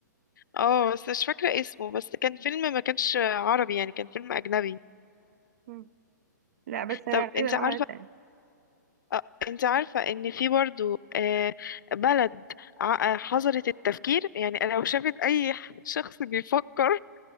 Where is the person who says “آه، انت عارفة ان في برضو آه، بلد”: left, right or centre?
Left